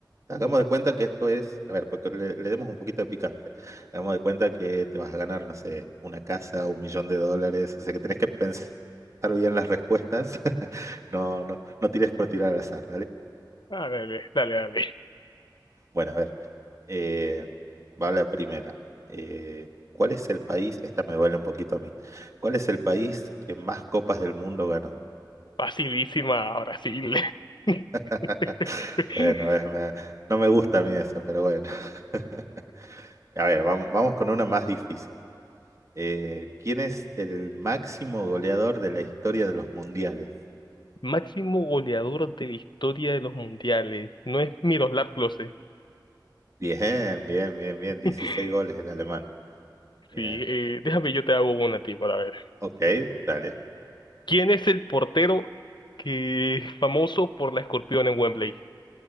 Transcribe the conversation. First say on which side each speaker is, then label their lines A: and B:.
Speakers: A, on the right; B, on the left.
A: Hagamos
B: Dale,
A: de cuenta que esto es, a ver, porque le, le demos un poquito de picante. Hagamos de cuenta que te vas a ganar, no sé, una casa, un millón de dólares. O sea que tenés que pensar bien las respuestas. <laughs> No, no, no tires por tirar al azar,
B: Ah, dale, dale, dale.
A: Bueno, a ver, eh, va la primera. Eh, ¿cuál es el país? Esta me duele un poquito a mí. ¿Cuál es el país que más copas del mundo ganó?
B: Facilísima, Brasil.
A: <laughs>
B: <laughs>
A: Bueno, es- me- no me gusta a mí esa, pero bueno. <laughs> A ver, vam- vamos con una más difícil. Eh, ¿quién es el máximo goleador de la historia de los mundiales?
B: Máximo goleador de la historia de los mundiales. No es Miroslav Klose.
A: Bien, bien, bien, bien. dieciséis
B: <laughs>
A: goles el alemán. Bien.
B: Sí, eh, déjame yo te hago una a ti para ver.
A: Ok, dale.
B: ¿Quién es el portero que famoso por la escorpión en Wembley?